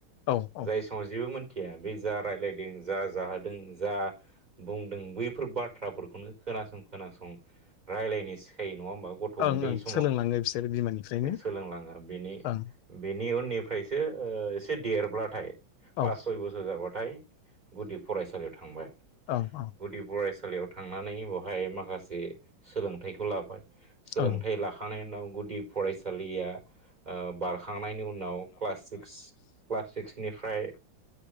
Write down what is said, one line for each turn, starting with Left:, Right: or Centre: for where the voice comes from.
Left: ओं औ
Right: जाय समाव जेबो मोन थिया बे जा रायलायदों जा जाहोदों जा बुंदों बैफोर बाथ्राफोरखौनो खोनासं खोनासं रायलायनो सिखायो नङा होमबा गथ'
Left: औ
Right: उन्दै
Left: ओं ओं
Right: समाव
Left: सोलोंलाङो बिसोरो बिमानिफ्रायनो
Right: सोलोंलाङो सिनि
Left: ओं
Right: बि नि उननिफ्रायसो ओ एसे देरब्लाथाय
Left: औ
Right: फास सय बोसोर जाबाथाय नाथाय गुदि फरायसालियाव थांबाय
Left: ओं ओं
Right: गुदि फराय सालियाव थांनानै ब'हाय माखासे सोलोंथाइखौ लाबाय सोलोंथाइ
Left: ओं
Right: लाखांनायनि उनाव गुदि फरायसालिया ओ बारखांनायनि उनाव क्लास सिक्स क्लास सिक्सनिफ्राय